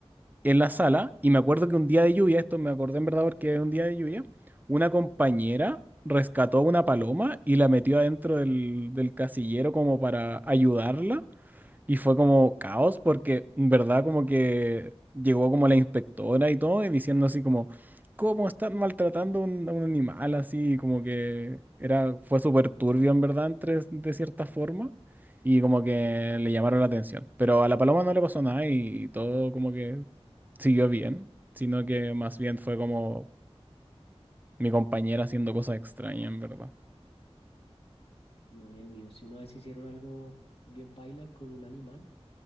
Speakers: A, on the right; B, on the left.
A: en la sala. Y me acuerdo que un día de lluvia, esto me acordé en verdad porque es un día de lluvia, una compañera rescató una paloma y la metió adentro del, del casillero como para ayudarla. Y fue como caos porque, en verdad, como que llegó como la inspectora y todo, y diciendo así como, ¿cómo están maltratando a un, a un animal? Así como que era, fue súper turbio, en verdad, entre, de cierta forma, y como que le llamaron la atención. Pero a la paloma no le pasó nada y, todo como que siguió bien, sino que más bien fue como mi compañera haciendo cosas extrañas, en verdad.
B: No en el mío, si una vez hicieron algo bien paila con un animal,